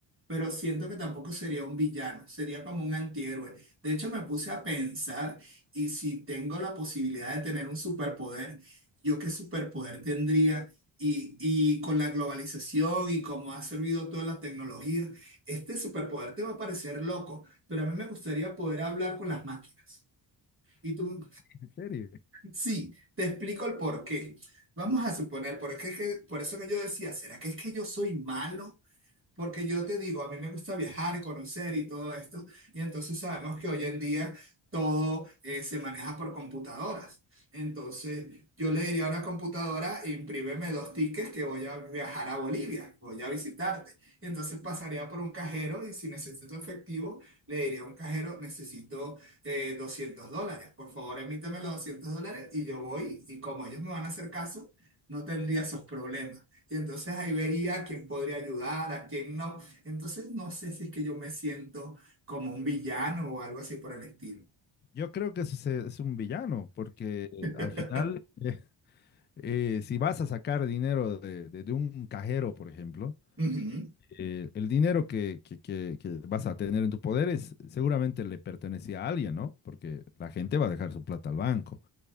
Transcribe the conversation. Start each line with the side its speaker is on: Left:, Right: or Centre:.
Right: pero siento que tampoco sería un villano, sería como un antihéroe. De hecho, me puse a pensar y si tengo la posibilidad de tener un superpoder, ¿yo qué superpoder tendría? Y, y con la globalización y cómo ha servido toda la tecnología, este superpoder te va a parecer loco, pero a mí me gustaría poder hablar con las máquinas. Y tú,
Left: En serio.
Right: Sí, te explico el porqué. Vamos a suponer, por es que, por eso que yo decía, ¿será que es que yo soy malo? Porque yo te digo, a mí me gusta viajar, conocer y todo esto, y entonces sabemos que hoy en día todo eh, se maneja por computadoras. Entonces, yo le diría a una computadora, imprímeme dos tickets que voy a viajar a Bolivia, voy a visitarte. Y entonces pasaría por un cajero y si necesito efectivo, le diría a un cajero, necesito eh, 200 dólares. Por favor, emíteme los 200 dólares y yo voy y como ellos me van a hacer caso, no tendría esos problemas. Y entonces ahí vería a quién podría ayudar, a quién no. Entonces no sé si es que yo me siento como un villano o algo así por el estilo.
Left: Yo creo que ese es un villano, porque eh,
Right: <laughs>
Left: al final, eh, eh, si vas a sacar dinero de, de- de un cajero, por ejemplo,
Right: Ujú.
Left: eh, el dinero que, que- que- que vas a tener en tu poder es, seguramente le pertenecía a alguien, ¿no? Porque la gente va a dejar su plata al banco.